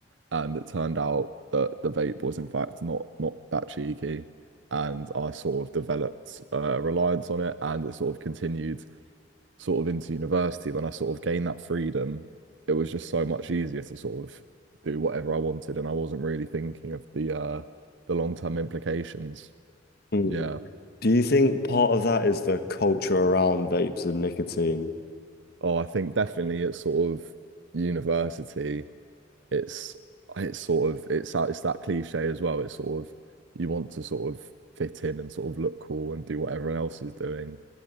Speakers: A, on the right; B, on the left.
A: And it turned out that the vape was in fact not not that cheeky, and I sort of developed a reliance on it, and it sort of continued sort of into university, when I sort of gained that freedom, it was just so much easier to sort of do whatever I wanted, and I wasn't really thinking of the uh the long-term implications.
B: Mm.
A: Yeah.
B: Do you think part of that is the culture around vapes and nicotine?
A: Oh, I think definitely at sort of university, it's it's sort of it's that it's that cliche as well. It's sort of you want to sort of fit in and sort of look cool and do what everyone else is doing.